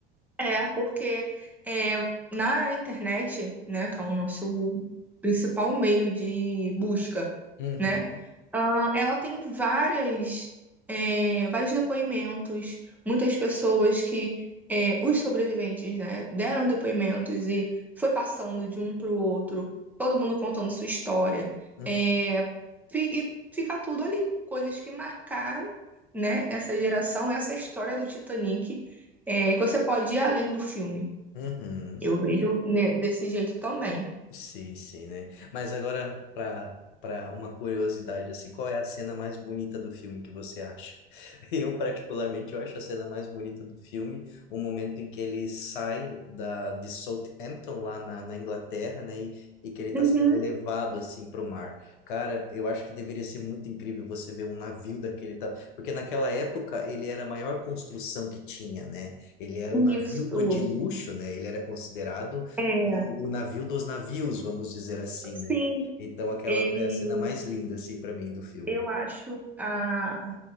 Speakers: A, in the centre; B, on the left.
A: É, porque é, na internet, né, que é o nosso principal meio de busca,
B: Uhum,
A: né, ah, ela tem várias, é, vários depoimentos, muitas pessoas que, é, os sobreviventes, né, deram depoimentos e foi passando de um para o outro, todo mundo contando sua história,
B: uhum,
A: é, fi- e fica tudo ali, coisas que marcaram, né, essa geração, essa história do Titanic é, que você pode ir além do filme.
B: uhum.
A: Eu vejo né, desse jeito também.
B: Sim, sim, né? Mas agora, para para uma curiosidade, assim, qual é a cena mais bonita do filme que você acha? <laughs> Eu, particularmente, eu acho a cena mais bonita do filme o momento em que ele sai da, de Southampton, lá na, na Inglaterra, né? E, e que ele está
A: Uhum,
B: sendo levado, assim, para o mar. Cara, eu acho que deveria ser muito incrível você ver um navio daquele... ta- Porque naquela época, ele era a maior construção que tinha, né? Ele era
A: isso.
B: um navio do, de luxo, né? Ele era considerado
A: É,
B: o, o navio dos navios, vamos dizer assim, né?
A: Sim,
B: Então aquela
A: ele,
B: foi a cena mais linda, assim, para mim do filme.
A: eu acho a,